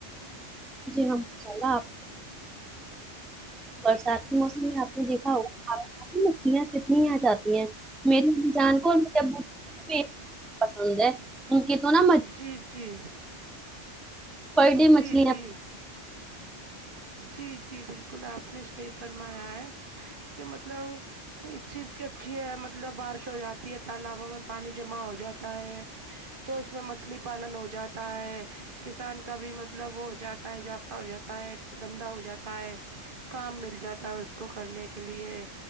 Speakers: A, in the centre; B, on the right.
A: جی ہاں انشاء اللہ آپ برسات کے موسم میں آپ نے دیکھا ہو ں کتنی آ جاتی ہیں م جان کوور میں جب پسند ہے ان کے تو نہا
B: جی جی
A: پر ڈے
B: جی
A: مچھلی
B: جی جی جی بالکل آپ نے صحیح فرمایا ہے کہ مطلب اس چیز کی اچھی ہے مطلب بارش ہو جاتی ہے تالابوں میں پانی جمع ہو جاتا ہے تو اس میں مچھلی پالن ہو جاتا ہے کسان کا بھی مطلب وہ ہو جاتا ہے اضافہ ہو جاتا ہے دھندا ہو جاتا ہے کام مل جاتا ہے اس کو کرنے کے لیے